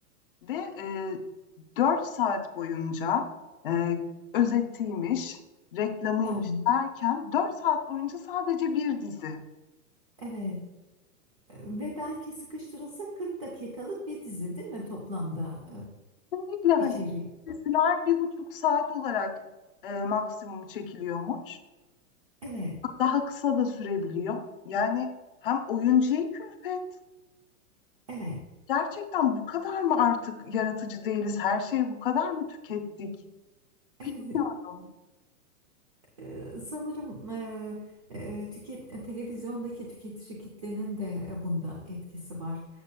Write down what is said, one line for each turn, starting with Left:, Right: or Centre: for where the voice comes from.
Left: ve e, 4 saat boyunca e, özetiymiş, reklamıymış
Right: Hı hı,
Left: derken 4 saat boyunca sadece bir dizi.
Right: Evet E, ve belki sıkıştırılsa 40 dakikalık bir dizi değil mi toplamda
Left: Kesinlikle hani
Right: e, içeriği?
Left: diziler bir buçuk saat olarak e, maksimum çekiliyormuş.
Right: Evet,
Left: Daha kısa da sürebiliyor. Yani hem oyuncuya külfet
Right: evet,
Left: Gerçekten bu kadar mı artık yaratıcı değiliz? Her şeyi bu kadar mı tükettik?
Right: evet.
Left: Bilmiyorum.
Right: Ee, Sanırım e, e, tüket, e, televizyondaki tüketici kitlenin de e, bunda etkisi var.